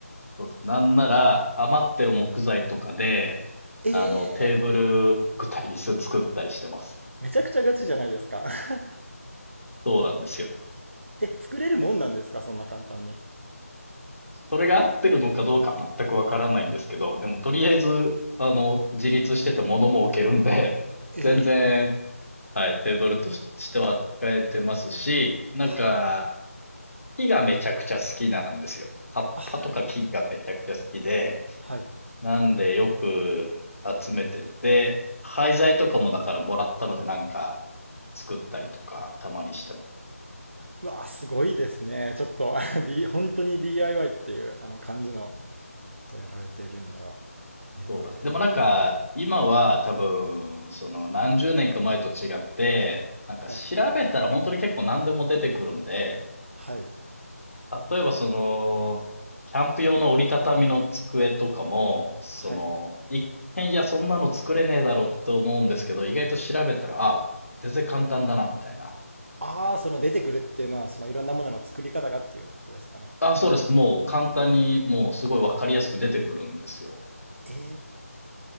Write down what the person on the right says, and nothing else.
ええー
めちゃくちゃガチじゃないですか。<laughs>
え、作れるもんなんですかそんな簡単に。
ええー
はい。
あ、はい。はい。
うわ、すごいですね。ちょっと、<laughs> あ D、本当に DIY っていうあの感じのことをやられてるんだ。ええ
はい。はい。
はい。
ああ、その出てくるっていうのは、そのいろんなものの作り方がっていうことですかね。
え